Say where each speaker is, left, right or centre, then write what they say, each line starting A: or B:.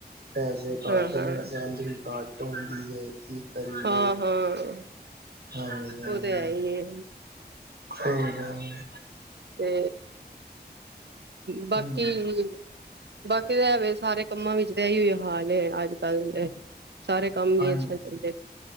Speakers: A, on the right; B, on the right.
A: ਪੈਸੇ ਕਟ
B: ਹਾਂ ਹਾਂ
A: ਨੇ, ਸੈਲਰੀ ਕਟ ਟੁੰਡੀ ਹੈ, ਕੀ। ਕਰੀਏ
B: ਹਾਂ-ਹਾਂ,
A: ਹਾਂਜੀ ਹਾਂਜੀ
B: ਉਹ ਤਾਂ ਹੈ ਹੀ ਹੈ।
A: ਸਹੀ ਗੱਲ ਏ।
B: ਤੇ ਬਾਕੀ-ਬਾਕੀ
A: ਹਮ
B: ਤਾਂ ਹੈਵੇ ਸਾਰੇ ਕੰਮਾਂ ਵਿੱਚ ਤਾਂ ਇਹੀ ਹਈ ਆ। ਹਾਲੇ, ਅੱਜ ਕੱਲ ਸਾਰੇ ਕੰਮ ਹੀ
A: ਹਾਂਜੀ
B: ਚੱਲਦੇ।